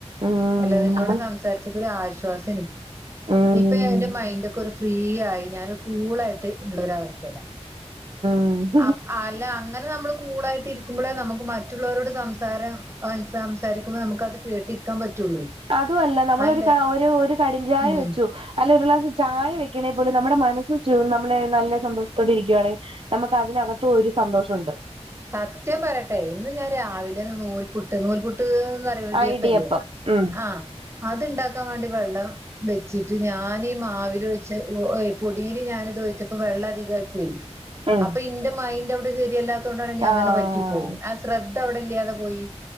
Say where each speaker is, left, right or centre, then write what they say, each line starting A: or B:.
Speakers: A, on the right; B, on the right.
A: ഉം
B: അല്ലെ നിന്നോട്
A: നമ്മള്
B: സം ച്ചിട്ടൊരു ആശ്വാസാന്ന്
A: ഉം
B: ഇപ്പൊ ഒരു മൈൻഡ് ക്കൊരു ഫ്രീ ആയി ഞാൻ കൂളായിട്ട് ഉള്ളൊരു അവസ്ഥയിലാ
A: ഉം
B: അപ് അല്ല അങ്ങനെ നമ്മള് കൂളായിട്ട് ഇരിക്കുമ്പോഴേ നമുക്ക് മറ്റുള്ളവരോട് സംസാരം ആഹ് സംസാരിക്കുമ്പോ നമുക്ക് അത് കേട്ടിരിക്കാൻ പറ്റുള്ളൂ.
A: അതും അല്ല നമ്മളൊരു
B: അല്ലേ
A: ഒരു ഒരു കടിഞ്ചായ
B: ഉം
A: വെച്ചു അല്ല ഒരു ഗ്ലാസ് ചായ വെക്കണേ പോലും നമ്മുടെ മനസ്സ് നമ്മളെ നല്ല സന്തോഷത്തോടെ ഇരിക്കാണേ നമുക്ക് അതിനകത്തും ഒരു സന്തോഷം ഉണ്ട്
B: സത്യം പറയട്ടെ ഇന്ന് ഞാൻ രാവിലെന്ന് നൂൽപുട്ട് നൂൽപുട്ട് ന്ന്
A: ആഹ്
B: ടിയപ്പല്ലേ
A: ഇടിയപ്പം ഉം
B: ആ അത് ഇണ്ടാക്കാൻ വേണ്ടി വെള്ളം വെച്ചിട്ട് ഞനീ മാവിൽ വെച്ച പൊടിയിൽ ഞാൻ ഇതച്ചപ്പോ വെള്ളം അധികായി പോയി
A: ഉം
B: അപ്പൊ ഇന്റെ മൈൻഡ് അവിടെ ശരിയല്ലാത്ത കൊണ്ടാണ് ഇനി അങ്ങനെ
A: ആഹ്
B: പറ്റിപ്പോയി ശ്രദ്ധ അവിടെ ഇല്ലാതെ പോയി